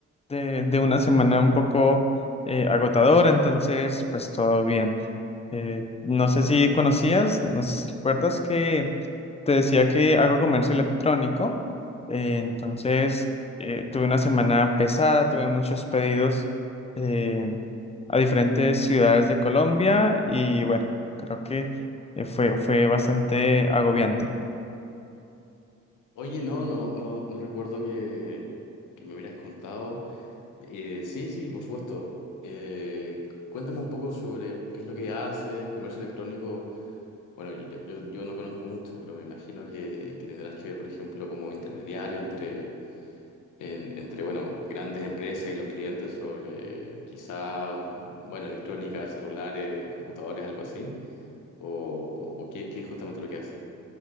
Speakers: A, on the left (about 20°); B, on the left (about 80°).
A: de, de una semana un poco eh, agotadora, entonces pues todo bien. Eh, no sé si conocías, no sé si recuerdas que te decía que hago comercio electrónico, eh, entonces eh, tuve una semana pesada, tuve muchos pedidos eh, a diferentes ciudades de Colombia y bueno, creo que eh, fue, fue bastante agobiante.
B: Oye, no, no, no, no recuerdo que, que me hubieras contado. Eh, sí, sí, por supuesto. Eh, cuéntame un poco sobre qué es lo que haces, comercio electrónico. Bueno, yo, yo, yo no conozco mucho, pero me imagino que, que tendrás que ver, por ejemplo, como intermediario entre en- entre, bueno, grandes empresas y los clientes sobre quizá, bueno, electrónica, celulares, computadores, algo así, o, o qué, qué es justamente lo que hace.